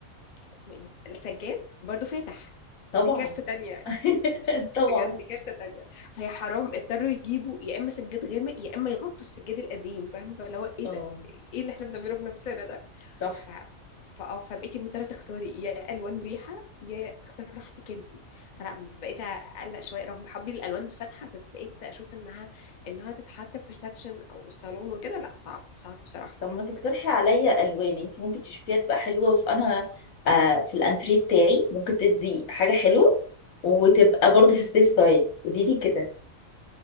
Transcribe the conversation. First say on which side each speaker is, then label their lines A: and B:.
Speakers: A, on the left; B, on the left.
A: اسمه ايه السجاد برضو فاتح
B: طبعا
A: دي كارثة تانية
B: <laughs> طبعا
A: بجد دي كارثة تانية فهي حرام اضطروا يجيبوا يا اما سجاد غامق يا اما يغطوا السجاد القديم فاهمة فاللي هو ايه
B: اه
A: ده ايه اللي احنا بنعمله في نفسنا ده
B: صح
A: ف فاه فبقيتي مضطرة تختاري يا الوان مريحة يا تختاري راحتك انتي فلا بقيت اقلق شوية رغم حبي للالوان الفاتحة بس بقيت اشوف انها انها تتحط في ريسبشن او صالون وكده لا صعب صعب بصراحة
B: طب ما تقترحي عليا الوان انت ممكن تشوفيها تبقى حلوه في انا آه في الانتريه بتاعي ممكن تدي حاجه حلوه وتبقى برضو في السيف سايد قولي لي كده